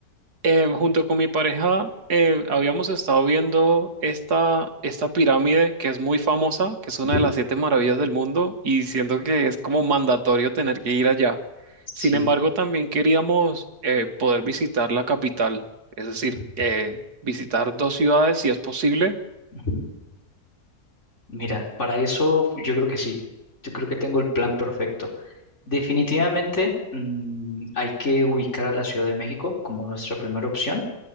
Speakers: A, on the right (about 75°); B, on the left (about 45°).
A: Eh, junto con mi pareja eh, habíamos estado viendo esta, esta pirámide que es muy famosa, que es una
B: Ujú,
A: de las siete maravillas del mundo y siento que es como mandatorio tener que ir allá. Sin
B: Sí.
A: embargo, también queríamos eh, poder visitar la capital, es decir,
B: ujú,
A: eh, visitar dos ciudades si es posible.
B: ujú. Mira, para eso yo creo que sí. Yo creo que tengo el plan perfecto. Definitivamente, mm, hay que ubicar a la Ciudad de México como nuestra primera opción.